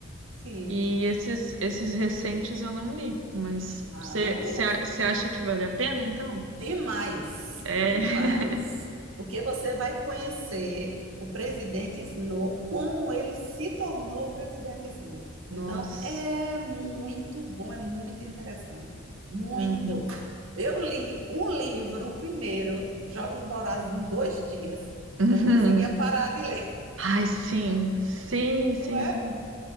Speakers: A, on the right; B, on the right.
A: Sim.
B: E esses, esses recentes eu não li, mas
A: Ah,
B: você
A: mas
B: acha que vale a pena, então?
A: Demais,
B: É.
A: demais.
B: <laughs>
A: Porque você vai conhecer o presidente Snow, como ele se tornou o presidente Snow.
B: Nossa.
A: Então, é muito bom, é muito interessante. Muito.
B: Uhum.
A: Eu li um livro, o primeiro, Jogos Vorazes, em dois dias.
B: Uhum.
A: Eu não conseguia parar de ler,
B: Ai, sim. Sim, sim,
A: <laughs> não é?
B: sim.